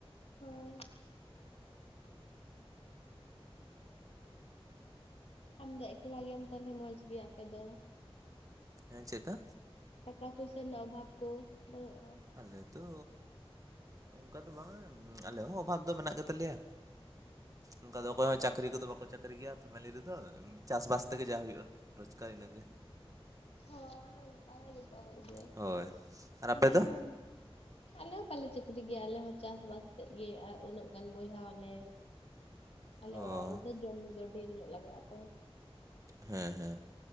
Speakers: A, on the left; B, on the right.
A: ᱦᱳᱭ᱾ ᱟᱢ ᱫᱚ ᱮᱠᱞᱟ ᱜᱮᱭᱟᱢ ᱛᱟᱦᱚᱞᱮ ᱢᱚᱸᱡᱽ ᱜᱮ ᱟᱯᱮ ᱫᱚ᱾
B: ᱦᱮᱸ ᱪᱮᱜᱠᱟ?
A: ᱴᱟᱠᱟ ᱯᱚᱭᱥᱟ ᱨᱮᱱᱟᱜ ᱚᱵᱷᱟᱵ ᱠᱚ ᱵᱟᱹᱱᱩᱜᱼᱟ ᱾
B: ᱟᱞᱮᱫᱚ᱾ ᱚᱱᱠᱟ ᱫᱚ ᱵᱟᱝ ᱟᱞᱮ ᱦᱚᱸ ᱚᱵᱷᱟᱵ ᱫᱚ ᱢᱮᱱᱟᱜ ᱜᱮᱛᱟᱞᱮᱭᱟ ᱚᱱᱠᱟ ᱫᱚ ᱚᱠᱚᱭ
A: ᱦᱳᱭ
B: ᱦᱚᱸ ᱪᱟᱹᱠᱨᱤ ᱠᱚᱫᱚ ᱵᱟ ᱠᱚ ᱪᱟᱹᱠᱨᱤ ᱜᱮᱭᱟ ᱯᱷᱮᱢᱮᱞᱤ ᱨᱮᱫᱚ ᱪᱟᱥᱵᱟᱥ ᱛᱮᱜᱮ ᱡᱟ ᱦᱩᱭᱩᱜᱼᱟ ᱨᱳᱡᱽᱜᱟᱨ ᱤᱱᱟᱹᱜᱮ᱾
A: ᱚᱱᱠᱟ ᱜᱮ ᱡᱚᱛᱚ ᱦᱚᱲ ᱜᱮ
B: ᱦᱳᱭ ᱟᱨ ᱟᱯᱮ
A: ᱟᱞᱮ
B: ᱫᱚ?
A: ᱦᱚᱸ ᱟᱞᱮ ᱦᱚᱸ ᱵᱟᱞᱮ ᱪᱟᱹᱠᱨᱤ ᱜᱮᱭᱟ ᱟᱞᱮ ᱦᱚᱸ ᱪᱟᱥᱵᱟᱥ ᱛᱮᱫ ᱜᱮ ᱟᱨ ᱩᱱᱟᱹᱜ ᱜᱟᱱ ᱵᱚᱭᱦᱟ ᱟᱞᱮ᱾ ᱟᱞᱮ
B: ᱚ
A: ᱚᱲᱟᱜ ᱨᱮᱫᱚ ᱡᱚᱢ ᱧᱩ ᱫᱚ ᱰᱷᱮᱨ ᱧᱚᱜ ᱞᱟᱜᱟᱜᱼᱟ ᱛᱚ ᱾
B: ᱦᱮᱸ ᱦᱮᱸ ᱾